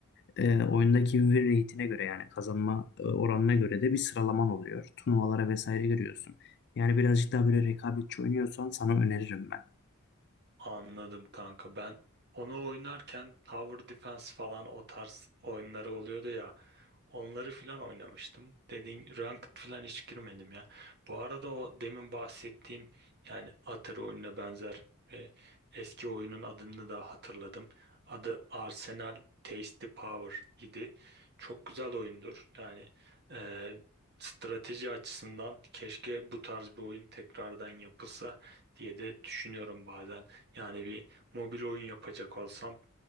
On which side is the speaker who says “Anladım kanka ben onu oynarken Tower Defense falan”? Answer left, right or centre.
Right